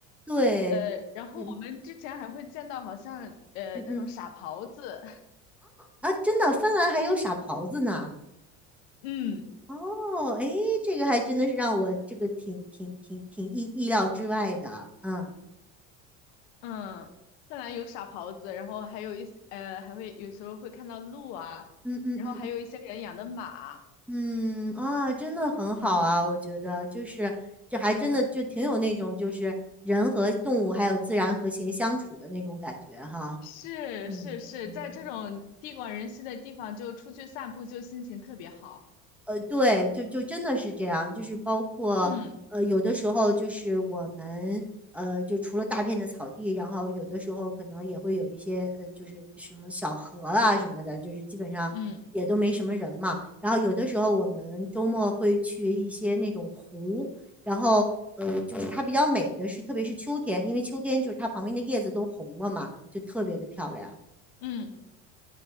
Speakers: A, in the centre; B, on the left.
A: 对，
B: 呃，然后我们之前还会见到好像呃那种傻狍子，
A: 嗯嗯嗯啊，真的，芬兰还有傻狍子呢。
B: <laughs> 嗯。
A: 哦，哎，这个还真的是让我这个挺挺挺挺意意料之外的，嗯
B: 嗯，芬兰有傻狍子，然后还有一些呃，还会有时候会看到鹿啊，
A: 嗯嗯嗯。
B: 然后还有一些人养的马。
A: 嗯啊，真的很好啊，
B: 嗯，
A: 我觉得就是这还真的就挺有那种就是人和动物还有自然和谐相处的那种感觉哈。
B: 嗯，是是是，
A: 嗯嗯。
B: 在这种地广人稀的地方，就出去散步，就心情特别好。
A: 呃，对，就就真的是这样，就是包括呃，
B: 嗯
A: 有的时候就是我们呃，就除了大片的草地，然后有的时候可能也会有一些呃，就是什么小河啊什么的，就是基本上也都没什么人嘛。
B: 嗯
A: 然后有的时候我们周末会去一些那种湖，然后呃，就是它比较美的是，特别是秋天，因为秋天就是它旁边的叶子都红了嘛，就特别的漂亮，
B: 嗯